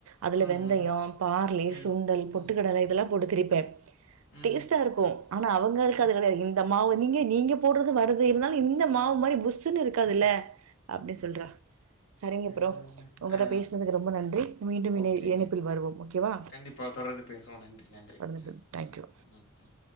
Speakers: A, on the right; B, on the left.
A: அதில
B: ம். ம்
A: வெந்தயோ பார்லி
B: ம்.
A: சுண்டல்
B: ம்.
A: பொட்டுக்கடல இதெல்லா போட்டு திரிப்பே
B: ம்.
A: டேஸ்ட்டாருக்கோ ஆனா அவங்களுக்கு
B: ம்.
A: அது கெடையா இந் த மாவு நீங்க நீங்க போட்றது வருது இருந்தாலு இந்த மாவு மாரி புஸ்ஸுன்னு இருக்காதுல்ல அப்டி சொல்றா சரிங்க
B: அ
A: ப்ரோ உங்கட்ட
B: ஆ
A: பேசுனதுக்கு ரொம்ப நன்றி மீண்டு
B: ஓகே.
A: இணை இணைப்பில் வருவோ ஓக்கேவா
B: கண்டிப்பா தொடர்ந்து பேசுவோம். நன்றி, நன்றி.
A: <unintelligible>
B: ம்.
A: தேங்க் யூ
B: ம் ம்